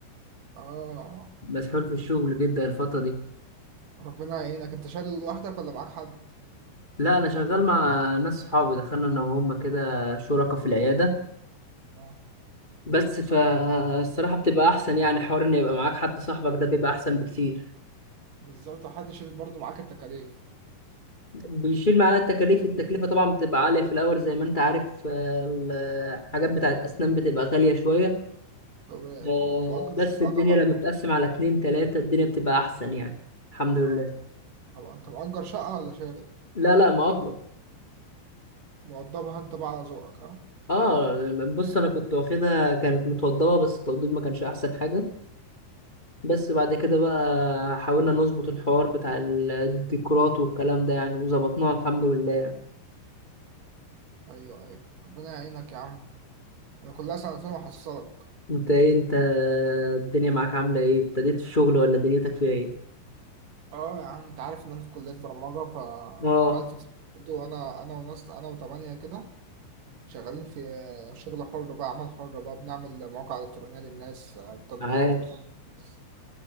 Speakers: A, on the right; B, on the left.
A: <laughs> اه
B: مسحول في الشغل جدا الفتره دي
A: ربنا يعينك انت شايل لوحدك ولا معاك حد؟
B: لا انا شغال مع ناس صحابي دخلنا انا وهم كده شركاء في العياده
A: اه
B: بس فالصراحه بتبقى احسن يعني حوار ان يبقى معاك حد صاحبك ده بيبقى احسن بكتير
A: بالظبط حد يشيل برضه معاك التكاليف
B: بيشيل معانا التكاليف التكلفه طبعا بتبقى عاليه في الاول زي ما انت عارف آه، الحاجات بتاعت اسنان بتبقى غاليه شويه
A: طبيعي
B: آه،
A: طبيعي انت مأجر
B: بس
A: شقة
B: الدنيا
A: طبعا
B: لما بتقسم على اتنين تلاتة الدنيا بتبقى أحسن يعني الحمد لله
A: اه طبعا طبعا انت مأجر شقة ولا شاري؟
B: لا لا ما أكبر
A: موضبها انت بقى على ذوقك اه
B: اه بص أنا كنت واخدها كانت متوضبة بس التوضيب ما كانش أحسن حاجة بس بعد كده بقى حاولنا نظبط الحوار بتاع ال- الديكورات والكلام ده يعني وظبطناه الحمد لله يعني.
A: ايوه ايوه ربنا يعينك يا عم انا كلها سنتين وحصلك
B: انت ايه انت الدنيا معاك عاملة ايه ابتديت في الشغل ولا دنيتك فيها ايه
A: اه يا عم انت عارف ان انا في كلية برمجة فعملت
B: اه
A: تيم وانا انا وناس انا وتمانية كده شغالين في شغل حر بقى عمل حر بقى بنعمل مواقع إلكترونية للناس تطبيقات
B: عاش
A: تليفون للناس